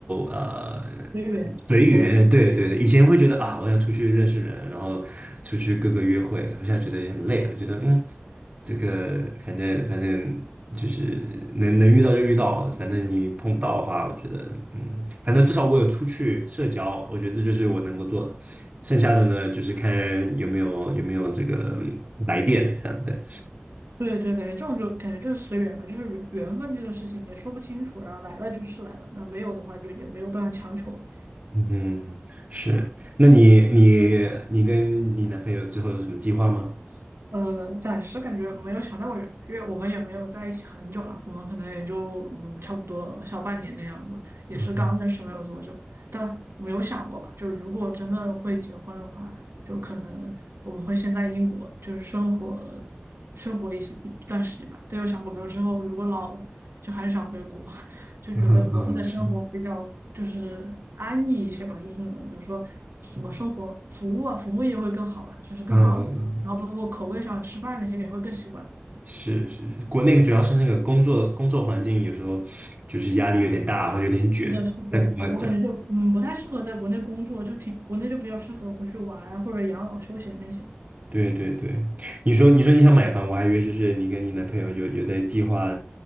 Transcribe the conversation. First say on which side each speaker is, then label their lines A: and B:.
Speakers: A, on the right; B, on the right.
A: 呃
B: 随缘佛系，
A: 随缘。对对对，以前会觉得啊，我要出去认识人，然后出去各个约会，我现在觉得也很累。我觉得嗯，这个反正反正就是能能遇到就遇到，反正你碰不到的话，我觉得嗯，反正至少我有出去社交，我觉得这就是我能够做的。剩下的呢，就是看有没有有没有这个来电，这样对，
B: 对对，感觉这种就感觉就是随缘吧，就是缘缘分这个事情也说不清楚，然后来了就是来了，那没有的话就也没有办法强求，
A: 嗯，是。那你你你跟你男朋友之后有什么计划吗？
B: 呃，暂时感觉没有想那么远，因为我们也没有在一起很久了，我们可能也就嗯差不多小半年的样子，也是刚认识没有多久，
A: 嗯哼
B: 但没有想过吧，就如果真的会结婚的话，就可能我们会先在英国就是生活生活一些一段时间吧，但有想过没有之后如果老了，就还是想回国，<laughs> 就觉得国内的生活比较就是安逸一些吧，
A: 嗯哼嗯，是，
B: 就是那种比如说什么生活服务啊，
A: 嗯
B: 服务业会更好吧，就是更方便，
A: 嗯嗯
B: 然后包括口味上吃饭那些也会更习惯。
A: 是是是，国内主要是那个工作工作环境有时候就是压力有点大，或者有点卷，
B: 是的，是的，
A: 在国外比较好
B: 对，我感觉就嗯不太适合在国内工作，就挺国内就比较适合回去玩啊或者养老休闲那些。
A: 对对对，你说你说你想买房，我还以为就是你跟你男朋友有有在计划，